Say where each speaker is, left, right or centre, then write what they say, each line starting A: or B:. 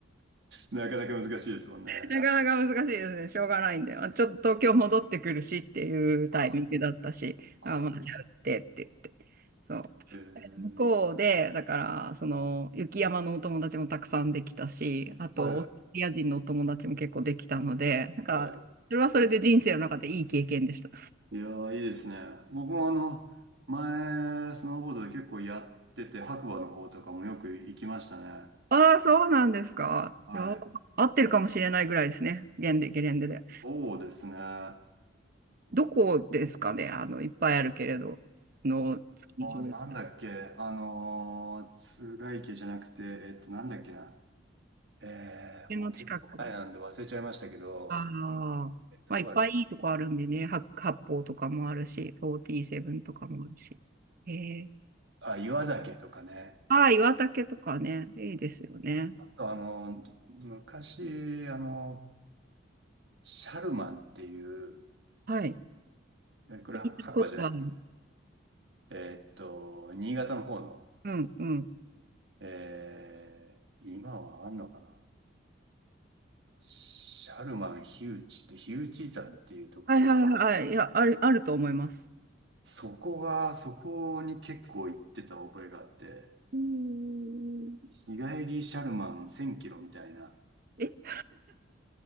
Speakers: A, on the right; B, on the right.
A: なかなか難しいですもんね。
B: なかなか難しいですね。しょうがないんで。あちょっと東京戻ってくるしっていうタイミングだったし、
A: ああ、
B: あ、まあ、じゃあ打ってって言って。そ
A: ええ。
B: う。向こうで、だから、その、雪山のお友達もたくさんできたし、あと、
A: はい、
B: オーストラリア人のお友達も結構できたので、なんか、
A: はい。
B: それはそれで人生の中でいい経験でした。
A: いやー、いいですね。僕もあの、前、スノーボードで結構やってて、白馬の方とかもよく行きましたね。
B: ああ、そうなんですか。
A: はい。
B: いや、合ってるかもしれないぐらいですね。ゲレンデ、ゲレンデで。
A: そうですね。あ
B: どこですかね。あの、いっぱいあるけれど、スノースキー場。
A: のーなんだっけ、あのー、津軽池じゃなくて、えっと、なんだっけな。えー、
B: 家の近く。
A: もう結構前なんで忘れちゃいましたけど、
B: ああ、
A: えっと、
B: まあ、
A: どこだっけ
B: いっぱいいいとこあるんでね、八八方とかもあるし、47とかもあるし。へえ。
A: あ、岩岳とかね。
B: ああ、岩竹とかね、いいですよね。
A: あと、あのー昔、あのーシャルマンっていう、
B: はい。
A: えこれは白馬じゃない。
B: 聞いたことある。
A: えっと、新潟の方の、
B: うんうん。
A: えー、今はあんのかなシャルマン火打ちって火打ち山っていうところの、
B: はいはいはい。いや、ある、あると思います。
A: そこが、そこに結構行ってた覚えがあって、
B: うーん。
A: 日帰りシャルマン1000キロみたいな、
B: え <laughs>